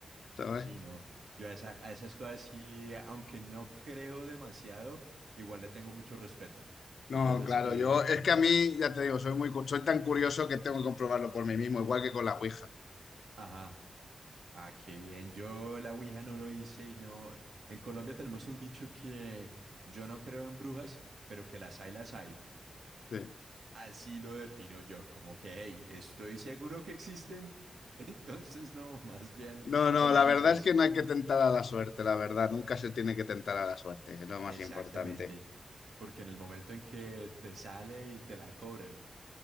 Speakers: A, on the left (about 85°); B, on the right (about 65°).
A: ¿sabes?
B: Sí, no, yo a, esa- a esas cosas sí, aunque no creo demasiado, igual le tengo mucho respeto.
A: No,
B: Entonces es
A: claro,
B: que,
A: yo es que a mí, ya te digo, soy muy, cu- soy tan curioso que tengo que comprobarlo por mí mismo, igual que con la Ouija.
B: <laughs> ajá. Ah, qué bien. Yo la Ouija no lo hice y no. En Colombia tenemos un dicho que yo no creo en brujas, pero que las hay, las hay.
A: Sí.
B: Así lo defino yo, como que, hey, estoy seguro que existen. <laughs> Entonces, no, más bien
A: No, no,
B: de lejitos.
A: la verdad es que no hay que tentar a la suerte, la verdad. Nunca se tiene que tentar a la suerte, es lo más
B: Exactamente.
A: importante.
B: Porque en el momento en que te sale y te la cobran,